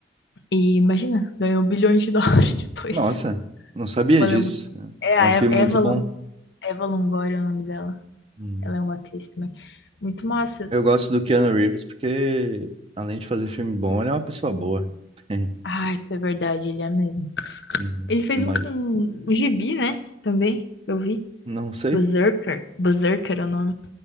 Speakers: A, on the left (about 70°); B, on the right (about 30°).
A: e imagina, ganhou bilhões de dólares <laughs> depois,
B: Nossa, não sabia
A: valeu
B: disso.
A: muito, é
B: É
A: a
B: um
A: Eva,
B: filme
A: Eva,
B: muito bom.
A: Lon- Eva Longoria é o nome dela,
B: Uhum.
A: ela é uma atriz também, muito massa,
B: Eu gosto do Keanu Reeves porque, além de fazer filme bom, ele é uma pessoa boa. <laughs>
A: ah, isso é verdade, ele é mesmo,
B: Uhum.
A: ele fez
B: Mas
A: um, um, um gibi, né, também, eu vi,
B: não sei.
A: Berserker, Berserker é o nome,